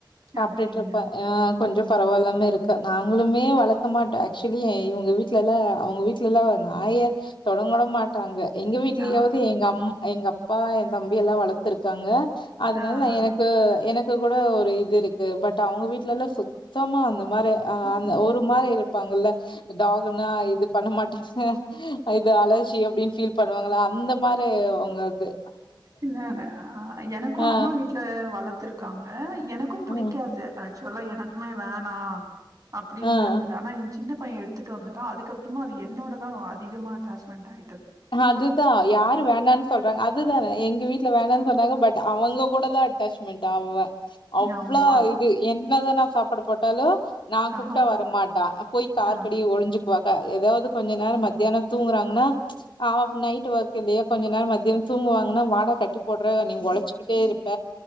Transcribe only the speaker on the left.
சாப்பிட்டுட்டு
இருப்பே ஆ கொஞ்சு பரவாயில்லாம இருக்கு நாங்களுமே வளர்க்க மாட்டோ ஆக்சுவலி இவங்க வீட்டுல எல்லா அவங்க வீடல எல்லா ஆய தொடக்கூட மாட்டாங்க எங்க வீட்லியாவது
எங்க அம்மா எங்க அப்பா என் தம்பி எல்லா வளர்த்துருக்காங்க அதனால
நா
எனக்கு எனக்கு இதுல கூட ஒரு இது இருக்கு பட் அவங்க வீட்டுல எல்லா சுத்தமா அந்த மாதிரி ஆ அந்த
ஒரு மாரி இருப்பாங்கல்ல ஆ <inaudible> டாகுனா இது பண்ண மாட்டாங்க அது அலர்ஜி அப்படினு ஃபீல் பண்ணுவாங்கள அந்த மாரி அவங்க அது
ஆ
ஆ
ஆ
அதுதா யாரு வேண்டானு சொல்றாங்க அதுதானே எங்க வீட்டுல வேணன்னு சொன்னாங்க பட் ட அவங்க கூடதா அட்டாச்மெண்ட் அவ அவ்வளா
இது என்னதானா சாப்பாடு போட்டாலு நா
கூப்ட்டா வர மாட்டா போய் கார்கடி
ஒழிஞ்சுக்குவா ஏதாவது கொஞ்ச நேரம் மத்தியானம் தூங்குறாங்கனா ஆஹ் நைட் ஒர்க் இல்லையா கொஞ்ச நேரம் மத்தியானம் தூங்குவாங்கன்னா வாடா கட்டி போடுற நீங் உழைச்சிக்கிட்டே இருப்ப